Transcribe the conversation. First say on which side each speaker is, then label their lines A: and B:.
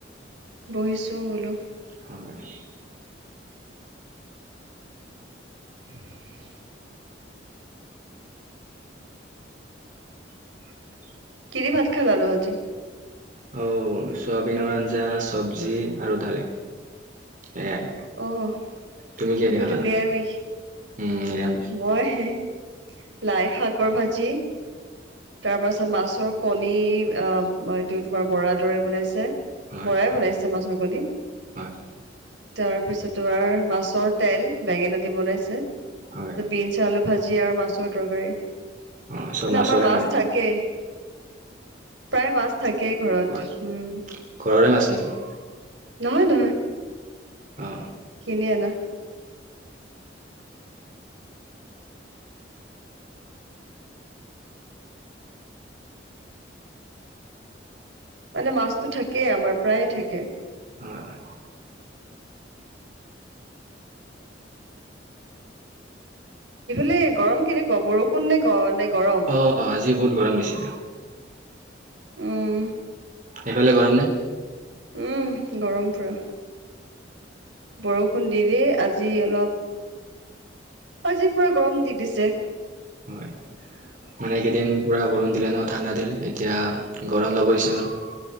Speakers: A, on the right (about 75°); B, on the right (about 45°).
A: বহিছোঁ বোলো
B: হয়
A: <unintelligible>
B: <unintelligible>
A: কি দি ভাত খালানো আজি
B: অও চয়াবিনৰ আঞ্জা চব্জি আৰু দালি এয়াই
A: অ',
B: তুমি কি হে
A: তুমিতো
B: দি খালা
A: নিৰামিষ।
B: উম নিৰামিষ
A: মই সেই লাই শাকৰ ভাজি তাৰ পাছত মাছৰ কণী আহ এইটো তোমাৰ বৰা দৰে বনাইছে
B: হয়
A: বৰাই বনাইছে মাছৰ কণি ৰ
B: হয়
A: তাৰপিছত তোমাৰ মাছৰ তেল বেঙেনা দি বনাইছে
B: হয়
A: বিনছ আলু ভাজি আৰু মাছৰ তৰকাৰী
B: অ চব
A: মানে
B: মাছৰে
A: আমাৰ মাছ থাকেই প্ৰায় মাছ থাকেই ঘৰত
B: হয়
A: উম
B: ঘৰৰে মাছ নেকি
A: নহয় নহয়
B: অ
A: কিনি অনা মানে মাছতো থাকেই আমাৰ প্ৰায়ে থাকে
B: হয়
A: সেইফালে গৰম কেনেকুৱা বৰষুণ নে গ নে গৰম
B: অ আজি বহুত গৰম দিছে
A: উম
B: সেইফালে গৰম নে
A: উম গৰম পুৰা বৰষুণ ডেইলী, আজি অলপ', আজি পুৰা গৰম দি দিছে',
B: হয়, মানে এইকেইদিন পুৰা বৰষুণ দিলে ন ঠাণ্ডা দিলে, এতিয়া, গৰম ল'ব দিছে অলপ',